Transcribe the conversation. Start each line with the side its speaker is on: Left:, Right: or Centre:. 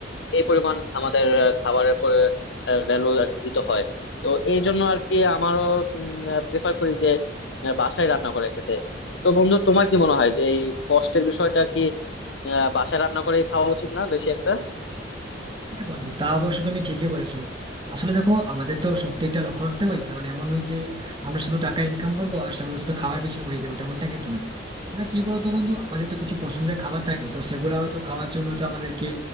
Left: এই পরিমাণ আমাদের আহ, খাবারের পরে ভ্যালু আর কি দিতে হয় তো এই জন্য আর কি আমারও প্রেফার করি যে আহ, বাসায় রান্না করে খেতে তো বন্ধু তোমার কি মনে হয় যে এই কষ্টের বিষয়টা কি আহ, বাসায় রান্না করে খাওয়া উচিত না বেশি একটা
Right: হ্যাঁ বন্ধু তা অবশ্য তুমি ঠিকই বলেছো আসলে দেখো আমাদের তো সব দিকটা লক্ষ্য রাখতে হয় কারণ এমন নয় যে আমরা শুধু টাকা ইনকাম করবো আর সেগুলো শুধু খাবার পিছনে উড়িয়ে দেবো তেমনটা কিন্তু নয় তবে কি বলতো বন্ধু আমাদের তো কিছু পছন্দের খাবার থাকে তো সেগুলো হয়তো খাওয়ার জন্য তো আমাদেরকে